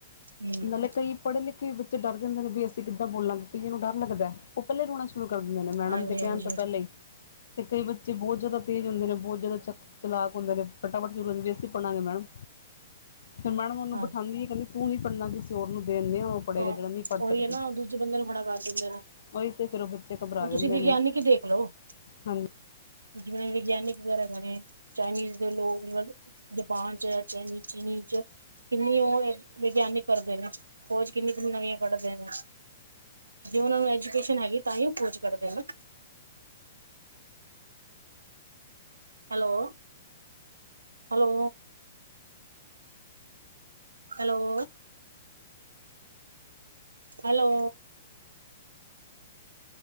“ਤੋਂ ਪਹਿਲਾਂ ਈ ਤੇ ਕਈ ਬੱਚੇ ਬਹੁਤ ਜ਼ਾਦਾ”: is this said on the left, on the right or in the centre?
Left